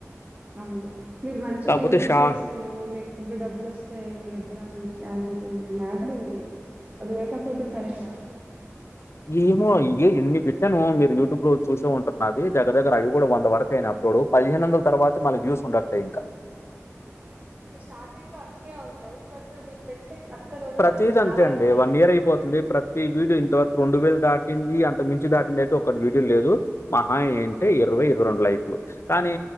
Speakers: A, on the right; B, on the left.
A: అవును మీరు మంచిగా
B: కాకపోతే
A: యూట్యూబ్
B: షా
A: చేసుకోండి మీకు ఫుళ్ళు డబ్బులు వస్తాయి మీ దగ్గర మంచి టలేం ంది మ్యాటర్ ఉంది అది లేకపోతే సరేకని
B: ఏమో ఇ ఏన్ని పెట్టాను మీరు యూట్యూబ్ లో చూసే ఉంటరు నాది దగ్గర దగ్గర అవి కూడా వంద వరకు అయినా చుడు పదిహేను వందల తర్వాత మన వ్యూస్ ఉండట్లే ఇకా
A: ఇది స్టార్టింగ్ లో అవుతాయి బట్ మీరు పెట్టే అస్సలు వదలొద్దు
B: ప్రతిది
A: నాలాగనే.
B: అంతే అండి వన్ ఇయర్ అయిపోతుంది ప్రతి వీడియో ఇంతవరకు రెండు వేలు దాటింది అంతకు మించి దాటింది అయితే ఒకటి వీడియి లేదు మహా ఏం ే ఇరవై
A: హ్మ్.
B: ఇరవై రెండు లైక్లు కానీ